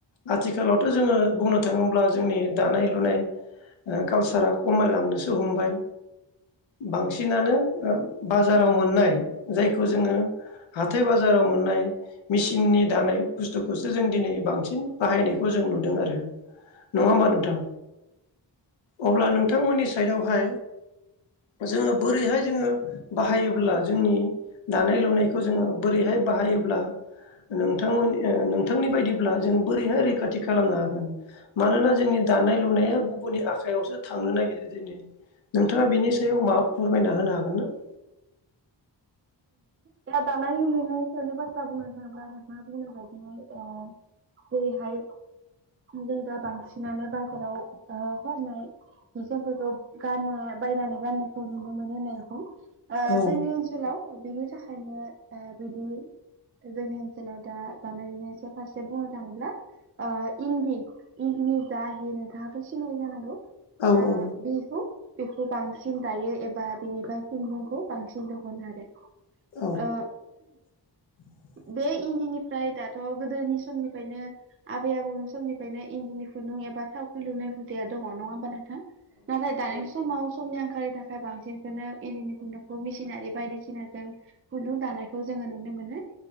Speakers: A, on the left; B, on the right.
A: आथिखालावथ' जोङो बुंनो थाङोब्ला जोंनि दानाय लुनाय ओ कालसारा खमायलांनोसो हमबाय। बांसिनानो बाजाराव मोननाय जायखौ जोङो। हाथाय बाजाराव मोननाय मेसिननि दानाय बुस्थुखौसो जों दिनै बांसिन बाहायनायखौ जों नुदों आरो नङा होमबा नोंथां अब्ला नों थांमोननि साइडआवहाय जोङो बोरैहाय जोङो बाहायोब्ला जोंनि दानाय लुनायखौ जोङो बोरैहाय बाहायोब्ला नोंथांमोन ओ नोंथांनि बायदिब्ला जों बोरैहाय रैखाथि खालामनो हागोन? मानोना जोंनि दानाय लुनाया गुबुननि आखाइायावसो थांनो नागिरदो दिनै नोंथाङा बेनि सायाव मा फोरमायना होनो हागोन ना? <inaudible>
B: दा दानाय लुनायनि बाथ्रा बुंनो थाङोब्ला मा बुंनो बायदिनो ओ जेरैहाय जों दा बांसिनानो बाजाराव ओ फाननाय इजामफोरखौ गानना बायनानै गाननायखौ नुनो मोनो होननाय रोखोम।
A: औ
B: जोंनि ओनसोलाव बिनि थाखायनो बिदि जोंनि ओनसोलाव दा दानाय लुनाय स फारसे बुंनो थाङोब्ला ओ इन्दि इन्दिनि जाहि नोंथाङाथ' सिनायो जानांगौ।
A: औ
B: ओ‌
A: औ
B: बिहु बेखौ बांसिन दायो एबा बिनिफ्राय खुन्दुंखौ बांसिन दिहनो आरो
A: औ
B: ओ
A: <inaudible>
B: बे इन्दिनिफ्राय दाथ' गोदोनि समनिफ्रायनो आबै आबौनि समनिफ्रायनो इन्दिनि खुन्द बा थखवख्रि लुनाय हु दङङ ह नोंथां ना दानि समाव समनि आंखालनि थाखाय बांसिनखौनो इदिनि खुन्दुखौ मिसिनारि बायदिसिना जों जुलुं दानायखौ जोङो नुनो मोनो